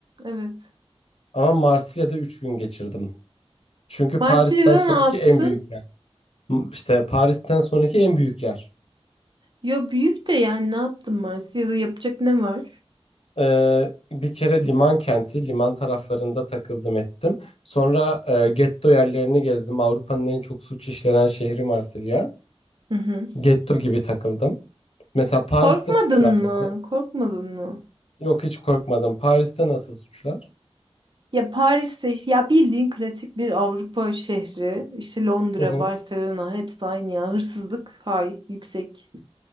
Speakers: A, on the right; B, on the left.
A: Evet.
B: Ama Marsilya'da 3 gün geçirdim. Çünkü
A: Marsilya'da
B: Paris'ten sonraki
A: ne yaptın?
B: en büyük yer. M- İşte Paris'ten sonraki en büyük yer.
A: Ya büyük de yani ne yaptın Marsilya'da yapacak ne var?
B: Ee, bir kere liman kenti, liman taraflarında takıldım ettim. Sonra e, getto yerlerini gezdim. Avrupa'nın en çok suç işlenen şehri Marsilya.
A: Hı hı.
B: Getto gibi takıldım. Mesela Paris'te
A: Korkmadın
B: suçlar nasıl?
A: mı? Korkmadın mı?
B: Yok hiç korkmadım. Paris'te nasıl suçlar?
A: Ya Paris'te işte- ya bildiğin klasik bir Avrupa şehri. İşte Londra,
B: Hı hı.
A: Barcelona hepsi aynı ya. Hırsızlık hay yüksek.